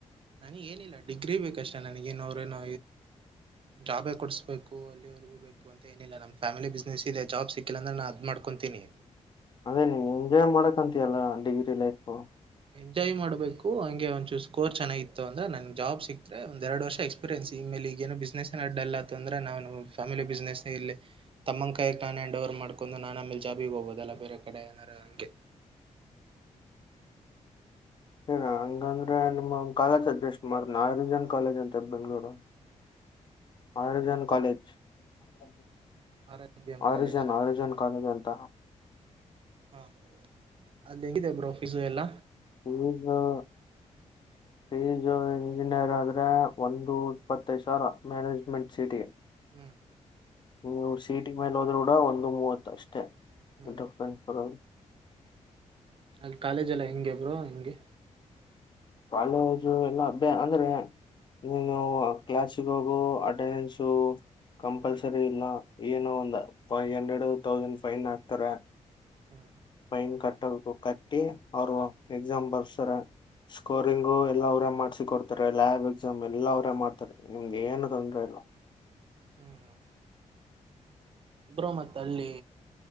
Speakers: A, on the right; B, on the left.
A: ನನಗೇನಿಲ್ಲ ಡಿಗ್ರಿ ಬೇಕಷ್ಟ ನನಗೇನ ಅವ್ರೇನ ಜಾಬೇ ಕೊಡ್ಸ್ಬೇಕು ಅಲ್ಲಿವರ್ಗೂ ಬು ಅಂತ ಏನಿಲ್ಲ ನಮ್ಮ್ ಫ್ಯಾಮಿಲಿ ಬಿಸ್ನೆಸ್ ಇದೆ ಜಾಬ್ ಸಿಕ್ಕಿಲ್ಲ ಅಂದ್ರೆ ನಾದ್ಮ ಮಾಡ್ಕೊತೀನಿ
B: ಅದೇ ನೀನ್ ಎಂಜಾಯ್ ಮಾಡಕ್ಂತಯಲ್ಲ ಡಿಗ್ರಿ ಲೈಫು
A: ಎಂಜಾಯ್ ಮಾಡ್ಬೇಕು ಹಂಗೆ ಒಂದಚೂಸ್ ಕೋರ್ ಚೆನ್ನಾಗಿತ್ತು ಅಂದ್ರೆ ನನ್ ಜಾಬ್ ಸಿಕ್ತೆ ಒಂದ ಎರ ವರ್ಷ ಎಕ್ಸ್ಪೀರಿಯನ್ಸ್ ಈ ಮೇಲೆ ಈ ಏನು ಬಿಸ್ನೆಸ್ ಅಡ್ಡಲ್ಲ ಅ್ರೆ ಫ್ಯಾಮಿಲಿ ಬಿಸ್ೆಸ್ ಇ ತಮ್ಮನ ಕಾಯಕ್ ನಾನ್ ಹ್ಯಾಂಡ್ಓವರ್ ಮಾಡ್ಕೊಂಡ ನಾನು ಆಮೇ ಜಾಬಿಗೆ ಹೋಗೋದಲ್ಲ ಬೇರೆ ಕಡೆ ಅಡನರಗೆ
B: ಹ ರಂಗ ಂದ್ರೆ <unintelligible> ನಮ್ಮ ಕಾಲೇಜ ಅಡ್ಜಸ್ಟ್ ಮಾಡ ನರಿಜನ್ ಕಾಲೇಜ್ ಅಂತ ಬೆಂಗ್ಗಳೂರು ಹ ಜ ಕಾಲಜ <unintelligible>
A: ಆರಾಧ್ಯ
B: <inaudible> ಆರಿಜನ್
A: ಕಾಲೇಜ್
B: ಆರಿಜನ್ ಕಾಲೇಜ್ ಅಂತ
A: ಹಾ ಅಲ್ಲಿ ಹೆಂಗಿದೆ ಬ್ರೋ ಫೀಸು ಎಲ್ಲ
B: ಈಜಿನ <unintelligible> ಪೀಸು ಇಂಜಿನಿಯರ್ ಆದ್ರೆ ಒಂದು ಇಪ್ಪತ್ತೈದು ಸಾವಿರ ಮ್ಯಾನೇಜ್ಮೆಂಟ್ ಸೀಟಿ
A: ಹ್ಮ್
B: ನೀವು ಸೀಟಿ ಮೇಲೆ ಹೋದ್ರೂ ಕೂಡ ಒಂದು ಮೂವತ್ ಅಷ್ಟೇರ
A: ಹ್ಮ್
B: <unintelligible> ಹೌದು
A: ಅಲ್ಲಿ ಕಾಲೇಜ್ ಎಲ್ಲಾ ಹೆಂಗೆ ಬ್ರೋ ಹೆಂಗೆ
B: ಕಾಲೇಜು ಎಲ್ಲಾ ಅ್ಯ ಅಂದ್ರೆ ನೀನು ಕ್ಲಾಸ್ಗ ಹೋಗು ಅಟೆಂಡೆನ್ಸು ಕಂಪಲ್ಸರಿ ಇಲ್ಲ ಏನು ಒಂದ್ ಫೈವ್ ಹಂಡ್ರೆಡ್ ತೌಸಂಡ್ ಫೈನ್ ಹಾಕ್ತಾರೆ
A: ಹ್ಮ್
B: ಪೈನ್ ಕಟ್ಟೋ ಕಟ್ಟಿ ಅವರು ಎಕ್ಸಾಂಪಲ್ಸರ ಸ್ಕೋರಿಂಗು ಎಲ್ಲಾ ಅವರ ಮಾಡ್ಸ ಕೊಡ್ತಾರೆ ಲ್ಯಾಬ್ ಎಕ್ಸಾಮ್ ಎಲ್ಲ ಅವರೇ ಮಾಡ್ತಾರೆ ನಿಮ್ದ್ ಏನು ತೊಂದ್ರೆ ಇಲ್ಲ
A: ಹ್ಮ್ ಬ್ರೋ ಮತ್ ಅಲ್ಲಿ